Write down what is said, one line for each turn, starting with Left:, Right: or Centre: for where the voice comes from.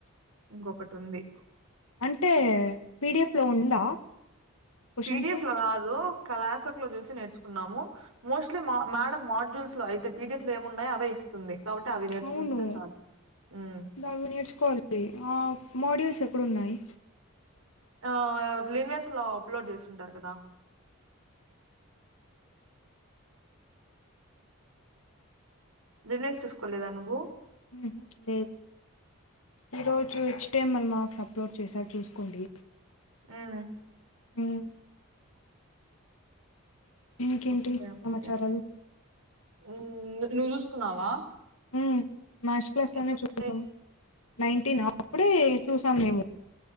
Right: ఇంకొకటి ఉంది
Left: అంటే పీడిఎఫ్ లో ఉందా క్వశ్చన్స్
Right: పిడిఎఫ్ లో కాదు క్లాస వర్క్ లో చూసి నేర్చుకున్నాము మోస్ట్లీ మేడం మాడ్యూల్స్ లో అయితే పిడిఎఫ్ లో ఏముండాయో అవే ఇస్తుంది కాబట్టి అవి నేర్చుకుంటే
Left: అవును
Right: చాలు ఉమ్
Left: దానివి నేర్చుకోవాలి ఆ మాడ్యూల్స్ ఎక్కడ ఉన్నాయి
Right: ఆ లిన్వెస్ లో అప్లోడ్ చేసింటారు కదా లిన్వేస్ చూసుకోలేదా నువ్వు
Left: ఉహూ లేదు ఈ రోజు H T M L marks upload చేశారు చూసుకోండి
Right: ఉహూ
Left: ఉమ్ ఇంకేంటి
Right: ఓకే ఓకే
Left: సమాచారాలు
Right: ఉమ్ ను నువ్వు చూసుకున్నావా
Left: ఉమ్ మ్యాథ్స్ క్లాస్ లోనే
Right: ఎంతొచ్చాయి
Left: చేసేసాం నైన్టీన్ అప్పుడే చూసాం మేము